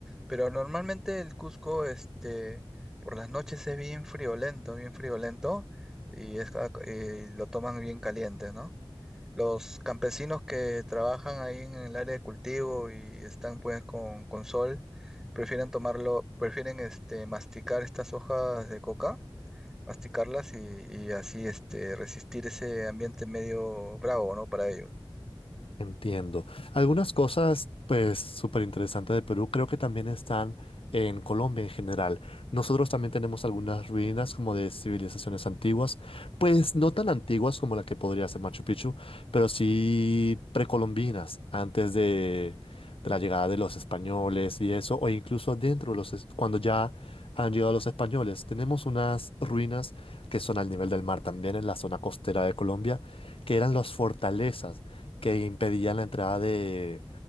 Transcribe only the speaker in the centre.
Pero normalmente el Cusco, este, por las noches es bien friolento, bien friolento, y es, ca- eh, lo toman bien caliente, ¿no? Los campesinos que trabajan ahí en el área de cultivo y están pues con, con sol, prefieren tomarlo, prefieren este, masticar estas hojas de coca, masticarlas y, y así este, resistir ese ambiente medio bravo, ¿no? Para ellos.